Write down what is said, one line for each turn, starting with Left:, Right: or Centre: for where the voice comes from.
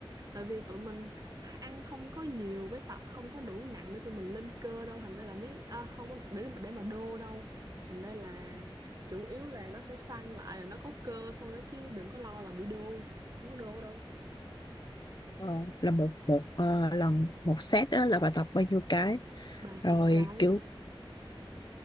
Right: tại vì tụi mình ăn không có nhiều với tập không có đủ nặng để tụi mình lên cơ đâu thành ra là mấy à, không có- để để mà đô đâu thành ra là chủ yếu là nó sẽ săn lại là nó có cơ thôi đó chứ đừng có lo là bị đô không có đô đâu
Left: Ờ, là một một ờ, lần một set á, là bà tập bao nhiêu cái
Right: ba
Left: rồi
Right: chục cái
Left: kiểu